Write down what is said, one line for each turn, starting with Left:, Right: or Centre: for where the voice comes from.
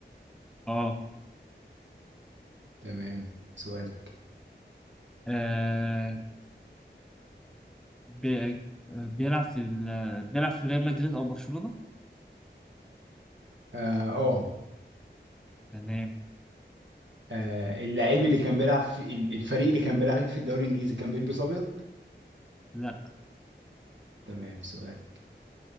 Centre: اه
Right: تمام سؤالك
Centre: آه، بي- آه، بيلعب في ال... بيلعب في ريال مدريد أو برشلونة
Right: اه اه
Centre: تمام
Right: آه، اللعيب اللي كان بيلعب في ال- الفريق اللي كان بيلعب فيه في الدوري الإنجليزي كان بيلبس أبيض
Centre: لا
Right: تمام سؤالك